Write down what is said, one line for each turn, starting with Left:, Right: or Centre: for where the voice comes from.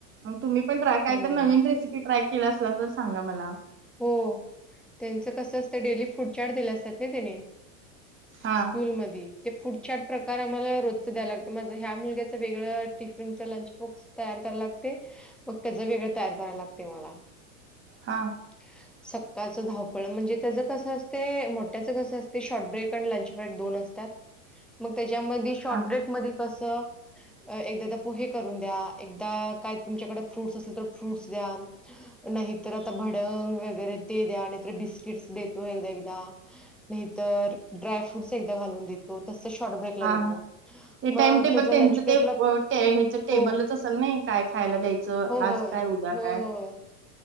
Right: मग तुम्ही पण ट्राय काय
Centre: हं.
Right: तर नवीन रेसिपी ट्राय केला असला तर सांगा मला.
Centre: हो त्यांचं कसं असतं डेली फूड चाट दिलं सत नाय त्याने
Right: हा
Centre: स्कूल मध्ये ते फूड चॅट प्रकार आम्हाला रोजचं द्यायला लागतं माझं ह्या मुलग्याचं वेगळं टिफिनचं लंच बॉक्स तयार कराय लागते मग त्याज वेगळं तयार करायला लागते मला.
Right: हाव.
Centre: ह. सक्काळचं धावपळ म्हणजे त्याजा कसं असते मोठ्याचं कसं असते शॉर्ट ब्रेक आणि लंच ब्रेक दोन असतात. मग त्याच्यामध्ये शॉर्टब्रेक
Right: हा
Centre: मधी कसं एकदादा पोहे करून द्या एकदा काय तुमच्याकडे फ्रुट्स असेल तर फ्रूट्स द्या. नाहीतर आता भडंग वगैरे ते द्या नाहीतर बिस्किट्स देतो एकदा एकदा. नाही तर ड्राय फ्रूटस एकदा घालून देतो तस शॉर्ट ब्रेकला
Right: हा
Centre: देतो.
Right: हा. ते
Centre: मग
Right: टाइम टेबल
Centre: त्याचा
Right: त्यांचं
Centre: लंच ब्रेकला
Right: ते व ते हेचा टेबलच
Centre: हो.
Right: असेल नाही काय खायला द्याय
Centre: हो,
Right: आज
Centre: होय.
Right: काय उद्या
Centre: होय,
Right: काय.
Centre: होय.